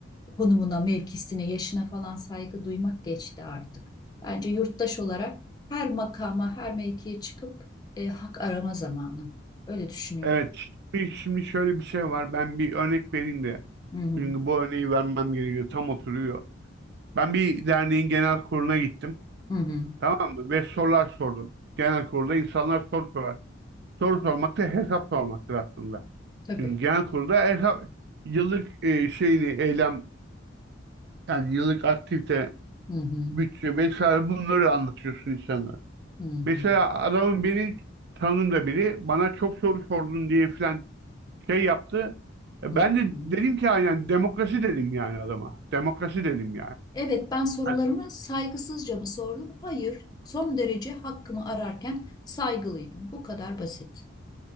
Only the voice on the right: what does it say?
Evet. Şimdi şimdi şöyle bir şey var. Ben bir örnek vereyim de.
Çünkü bu örneği vermem gerekiyor. Tam oturuyor. Ben bir derneğin genel kuruluna gittim.
Tamam mı? Ve sorular sordum. Genel kurulda insanlar soru sorar. Soru sormak da hesap sormaktır aslında.
Çünkü genel kurulda hesap yıllık e, şeyini eylem yani yıllık aktivite
bütçe vesaire bunları anlatıyorsun insanlara.
Mesela adamın biri tanımda biri bana çok soru sordun diye filan şey yaptı. E,
ben de
dedim ki aynen demokrasi dedim yani adama. Demokrasi dedim yani.
Yani